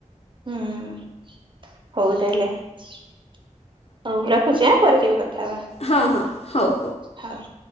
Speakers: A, on the right; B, on the left.
A: ହୁଁ। ହଉ ତାହେଲେ ହଉ ରଖୁଛି ଆଁ। ପରେ କେବେ କ ଥାହବା
B: ହଁ ହଁ ହଉ
A: ହଉ।